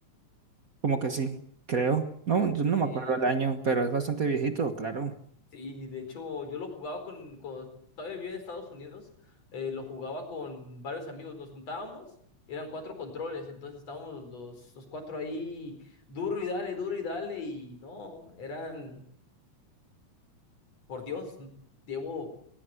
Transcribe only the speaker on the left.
eh,
Sí, de hecho, yo lo jugaba con, cuando todavía vivía en Estados Unidos, eh, lo jugaba con varios amigos, nos juntábamos, eran cuatro controles, entonces estábamos los, los cuatro ahí, duro y dale, duro y dale, y no, eran, por Dios, llevo